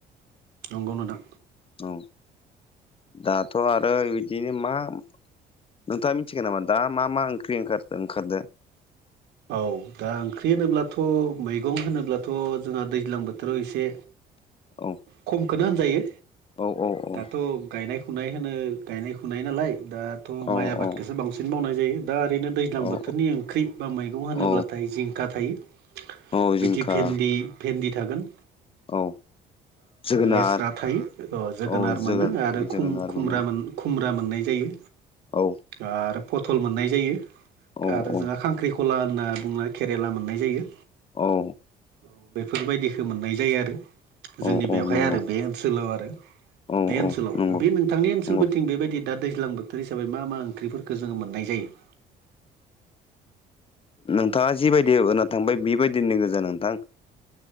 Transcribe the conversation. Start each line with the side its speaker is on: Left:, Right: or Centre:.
Right: नंगौ नोंथां
Left: औ दाथ' आरो बिदिनो मा नोंथाङा मिथिगोन नामा दा मा मा ओं फख्रि ओं ओंखारो
Right: औ औ दा ओंख्रि होनोब्लाथ' मैगं होनोब्लाथ' जोंहा दैज्लां बोथोराव एसे
Left: औ
Right: खमखौनो होनजायो
Left: औ औ औ
Right: दाथ' गायनायखौ फुनाय होनो गायनाय फुनाय नालाय दाथ'
Left: औ
Right: माइ आबादखौसो
Left: औ
Right: बांसिन मावनाय जायो दा ओरैनो दै दैज्लां
Left: औ
Right: बोथोरनि ओंख्रि बा मैगं हानोब्लाथाय
Left: औ
Right: जिंखा थायो
Left: औ
Right: बिदि
Left: जिंखा
Right: भेन्दि भेन्दि थागोन
Left: औ जोगोनार
Right: लेस्रा थायो जोगोनार
Left: औ जोगो
Right: मोनो आरो
Left: जोगोनार
Right: खुम खुम
Left: मोनो
Right: खुमब्रा मोननाय जायो
Left: औ
Right: आरो पथल मोननाय जायो
Left: औ
Right: आरो
Left: औ
Right: जोंहा खांख्रि कला होनना बुंना केरेला मोननाय जायो
Left: औ
Right: औ बेफोरबायदिखौ मोननाय जायो आरो जोंनि
Left: औ औ
Right: बेवहाय
Left: नंगौ
Right: आरो बे ओनसोलाव आरो
Left: औ
Right: बे ओनसोलाव
Left: औ नंगौ
Right: बे नोंथांनि ओनसोलफोरथिं
Left: नंगौ
Right: बेबायदि दा दैज्लांबो बोथोर हिसाबै मा मा ओंख्रिफोरफोरखौ जोङो मोननाय जायो
Left: नोंथाङा जिबायदि होना थांबाय बेबायदिनो गोजा नोंथां